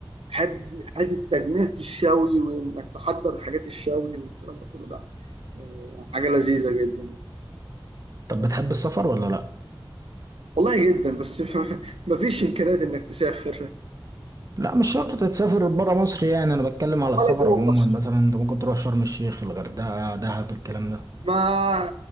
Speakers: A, on the right (about 85°); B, on the right (about 35°).
A: بحب حته تجميع الشوي وانك تحضر حاجات الشوي والكلام ده كله لا آه، حاجه لذيذه جدا يعني.
B: طب بتحب السفر ولا لا؟
A: والله جدا بس <laughs> مفيش امكانيات انك تسافر
B: لا مش شرط تسافر برا مصر يعني انا بتكلم على السفر
A: ولا جوه
B: عموما
A: مصر
B: مثلا انت ممكن تروح شرم الشيخ الغردقة دهب الكلام ده
A: ما